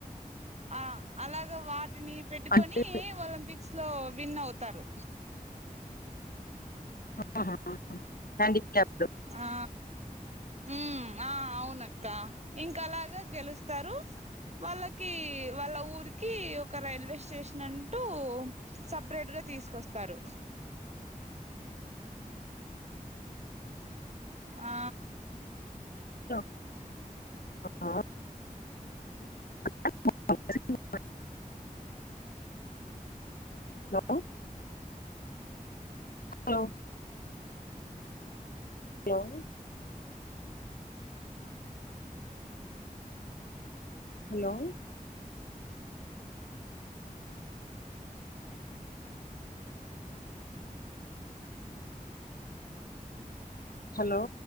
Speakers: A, on the right (about 50°); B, on the left (about 85°).
A: ఆ అలాగ వాటిని పెట్టుకొని
B: అంటే
A: ఒలింపిక్స్ లో విన్ అవుతారు
B: ఆ ఆ హ్యాండీ కాప్డ్
A: ఆ ఉమ్ ఆ అవునక్క ఇంకా అలాగా గెలుస్తారు వాళ్ళకి వాళ్ళ ఊరికి ఒక రైల్వే స్టేషన్ అంటూ సపరేట్ గా తీసుకొస్తారు ఆ
B: ఆ ఆ <unintelligible> hello hello hello hello hello